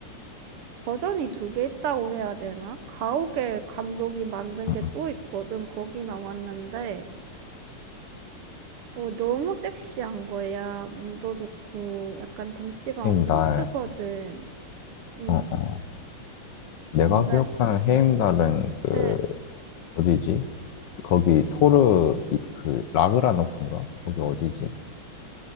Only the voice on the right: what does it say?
버전이 두 개 있다고 해야 되나? 가오갤 감독이 만든
게
또 있거든. 거기 나왔는데. 어, 너무 섹시한 거야. 몸도 좋고, 약간 덩치가
엄청 크거든. 응,
근데,
에,